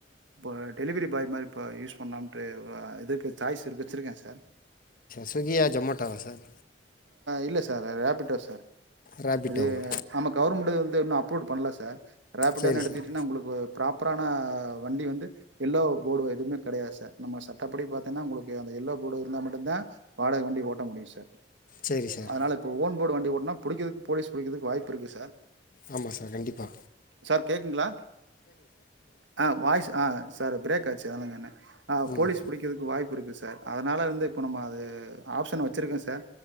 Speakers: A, on the right (about 85°); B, on the left (about 50°).
A: இப்போ டெலிவரி பாய் மாரி இப்போ யூஸ் பண்ணலாம்ட்டு ஒரு இதுக்கு சாய்ஸ் இருக்க வச்சுருக்கேன் sir
B: Swiggy or Zomato sir
A: இல்லை சார் ரேபிட்டோ சார்
B: ரேபிட்டோவா
A: அதே நம்ம கவர்மெண்ட்டு வந்து இன்னும் அப் பண்ல சார் ராபிட்டோன்னு
B: சரி
A: எடுத்திட்டீங்கன்னா
B: சார்
A: உங்களுக்கு ப்ராப்பரான வண்டி வந்து எல்லோ போர்டு எதுவுமே கெடையாது சார் நம்ம சட்டப்படி பாத்தீங்கன்னா உங்களுக்கு அந்த எல்லோ போர்டு இருந்தால் மட்டும்தான் வாடகை வண்டி ஓட்ட முடியும் சார்
B: சரி சார்
A: அதனால இப்ப ஓன் ஃபுட்போர்டு வண்டி ஓட்னா புடிக்கறக்கு போலீஸ் புடிக்கறதுக்கு வாய்ப்பு இருக்கு சார்
B: ஆமா சார் கண்டிப்பா
A: சார் கேக்குங்களா ஆ வாய்ஸ் ஆ சார் பிரேக் ஆச்சு ஜலங்க <unintelligible> ஆஹ்போலீஸ்
B: ம்
A: புடிக்கிறதுக்கு வாய்ப்பு இருக்கு சார் சார் அதனால இருந்து இப்போ நம்ம அது ஆப்ஷன் வச்சிருக்கேன் சார்